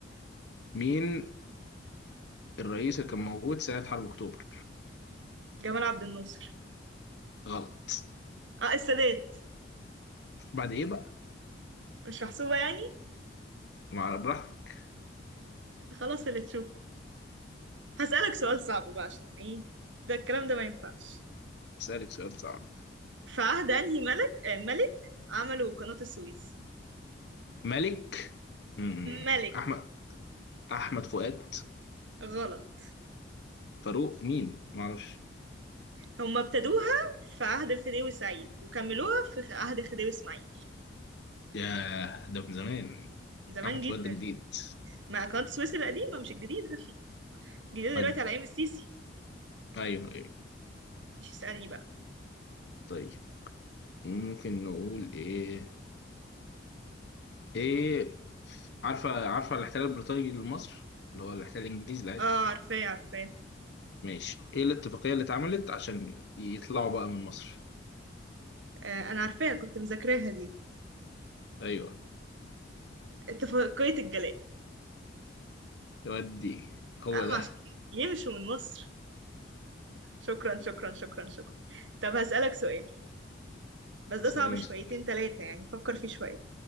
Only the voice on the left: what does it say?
مين الرئيس اللي كان موجود سنة حرب أكتوبر
غلط
بعد إيه بقى؟
مع براحتك
أسألك سؤال صعب
ملك مم.
أحمد أحمد فؤاد
فاروق مين؟ معرفش
ياه ده من زمان
أحمد
فؤاد ده جديد
أج-
أيوه أيوه
طيب ممكن نقول إيه؟ إيه عارفة عارفة الاحتلال البريطاني لمصر؟ اللي هو الاحتلال الإنجليزي العادي
ماشي إيه الاتفاقية اللي اتعملت عشان يطلعوا بقى من مصر؟
أيوه
يودي هو
ده
سليم
سليم.